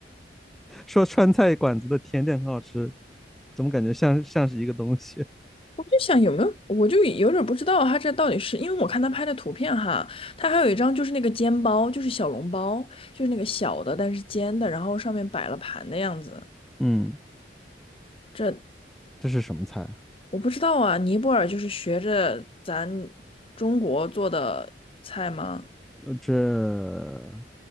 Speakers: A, in the centre; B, on the left.
A: <laughs> 说川菜馆子的甜点很好吃，怎么感觉像像是一个东西？
B: 我就想有没有，我就有点儿不知道他这到底是因为我看他拍的图片哈，他还有一张就是那个煎包，就是小笼包，就是那个小的但是煎的，然后上面摆了盘的样子。
A: 嗯，
B: 这
A: 这是什么菜啊？
B: 我不知道啊，尼泊尔就是学着咱中国做的菜吗？
A: 呃这